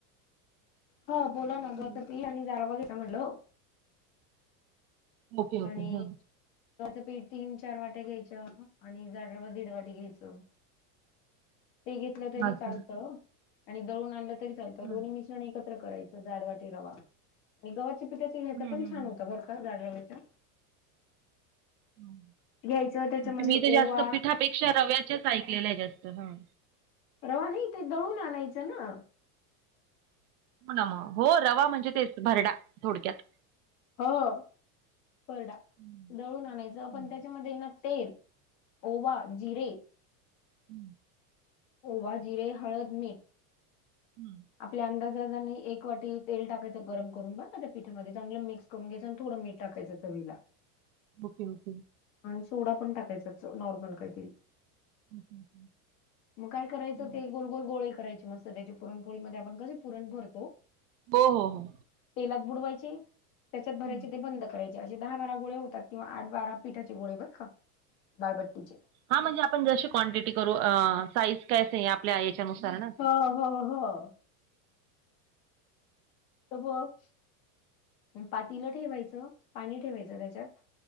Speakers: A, on the left; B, on the right.
A: हा बोला गव्हाचं
B: हॅलो.
A: पीठ आणि जाड रवा घ्यायचं बोललो.
B: ओके ओके
A: आणि
B: हा
A: गव्हाचं पीठ तीन-चार वाट्या घ्यायचा आणि जाड रवा दीड वाटी घ्यायचं. ते घेतलं तरी
B: असं.
A: चालतं आणि दळून आणलं तरी चालतं
B: हम्म.
A: दोन्ही मिश्रण एकत्र करायचे. जाड वाटी रवा आणि गव्हाच्या पिठाच्या याचा
B: हम्म
A: पण
B: हम्म
A: होतं जाड गव्हाचा.
B: णे
A: घ्यायचं त्याच्यामध्ये
B: मी तर
A: ओवा
B: जास्त पिठापेक्षा रव्याच्याच ऐकलेलं आहे जास्त हा.
A: रवा नाही ते दळून आणायचा ना.
B: हो ना मग हो रवा म्हणजे तेच भरडा थोडक्यात.
A: हो ना थोडा
B: हम्म.
A: दळून आणायचा
B: हम्म.
A: त्याच्यामध्ये मग तेल ओवा, जिरे.
B: हम्म.
A: ओवा, जिरे, हळद, मीठ.
B: <inaudible>
A: आपल्या अंदाजात आणि एक वाटी तेल टाकायचं गरम करून बर त्या पिठामध्ये चांगलं मिक्स करून घ्यायचा अन थोडा मीठ टाकायचा चवीला.
B: ओके! ओके!
A: आणि सोडा पण टाकायचा नॉर्मल काहीतरी.
B: Okay okay.
A: मग काय करायचं
B: हम्म.
A: ते गोलगोल गोळे करायचे मस्त. स त्या्याच्या पुरणपोळीमध्येध्ये आपण कसं पुरण भरतो.
B: हो हो हो.
A: तेलात बुडवायची त्याच्यात भरायची
B: हम्म.
A: ते बंद करायचे असे दहा, बारा गोळे होतात किंवा आठ, बारा- पिठाचे गोळे बरं का? दालबट्टीचे
B: हा म्हणजे आपण जशी क्वांटिटी करू साईज काय? आपल्या याच्यानुसार ना.
A: हो हो हो. <unintelligible> पातीलं ठेवायचं पाणी ठेवायचं त्याच्यात